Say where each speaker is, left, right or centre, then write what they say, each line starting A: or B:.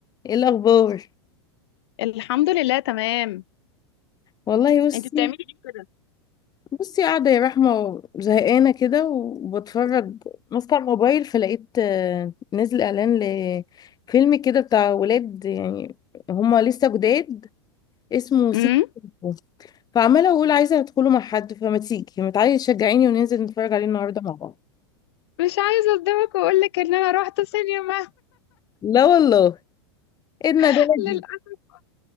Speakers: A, on the left (about 25°); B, on the left (about 65°).
A: ايه الاخبار
B: الحمد لله تمام
A: والله بصي
B: انت بتعملي ليه كده
A: بصي قاعده يا رحمه زهقانه كده وبتفرج ماسكه الموبايل فلقيت آه، نزل اعلان لفيلم كده بتاع ولاد يعني هما لسه جداد اسمه سيكو
B: امم
A: سيكو. فعماله اقول عايزه ادخله مع حد فما تيجي ما تعالي تشجعيني وننزل نتفرج عليه النهارده مع بعض
B: مش عايزه اصدمك واقول لك ان انا رحت سينما
A: لا والله ايه الندالة
B: <laughs>
A: دي
B: للاسف